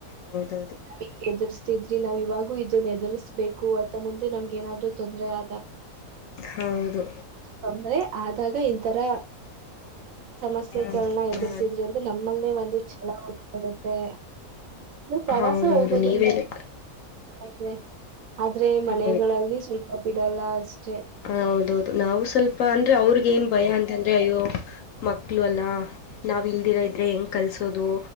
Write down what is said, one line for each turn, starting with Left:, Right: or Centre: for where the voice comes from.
Left: ಹೌದೌದು
Right: ನಾವ ಎದುರಿಸ್ತಿದ್ರಿ ನಾವ್ ಇವಾಗೂ ಇದನ್ನ ಎದುರ್ರಿಸ್ಬೇಕು ಅಂತ ಮುಂದೆ ನಮ್ಗ ಏನಾದ್ೂ ತೊಂದರೆ ಆ
Left: ಹೌದು
Right: ತಂದ್ರೆ ಆದಾಗ ಇಥರ ಸಮಸ್ಯೆಗಳನ್ನ
Left: ಆ,
Right: ಎದುರ್ಸಿದ್ರಿ
Left: ಆ,
Right: ಅಂತ್ರ ನಮ್ಮಲ್ಲೇ ಒಂದು ಛಲ ಉಟ್ಕೊಡುತ್ತೆ ಅಂದ್ರೆ ಪ್ರವಾಸ
Left: ಹೌದೌದು
Right: ಹೋಗೋದ್ರಿಂದ
Left: ನೀವೇನು
Right: ಇದೆ ಆದ್ರೆ ಮನೆಗಳಲ್ಲಿ
Left: ಹೌದು
Right: ಸ್ವಲ್ಪ ಬಿಡಲ್ಲ ಅಷ್ಟೇ
Left: ಹ ಹೌದೌದು ನಾವು ಸ್ವಲ್ಪ ಅಂದ್ರೆ ಅವ್ರಗ ಏನ್ ಭಯ ಅಂತಂದ್ರೆ ಅಯ್ಯೋ ಮಕ್ಳು ಅಲ್ಲಾ ನಾವ್ ಇಲ್ದಿರೋ ಇದ್ರೆ ಹೆಂಗ್ ಕಲ್ಸೋದು